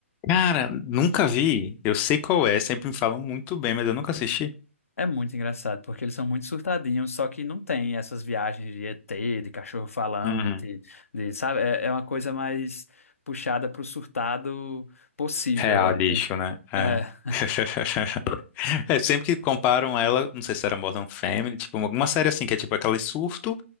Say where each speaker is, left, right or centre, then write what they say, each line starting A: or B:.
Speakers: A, on the left; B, on the left.
A: Cara, nunca vi. Eu sei qual é, sempre me falam muito bem, mas eu nunca assisti.
B: É muito engraçado, porque eles são muito surtadinhos, só que não tem essas viagens de ET, de cachorro falante,
A: Uhum.
B: de, sabe? É, é uma coisa mais puxada pro surtado possível.
A: Real, lixo, né? É.
B: É,
A: <laughs> É, sempre que comparam ela, não sei se era Modern Family, tipo, alguma série assim, que é tipo aquele surto,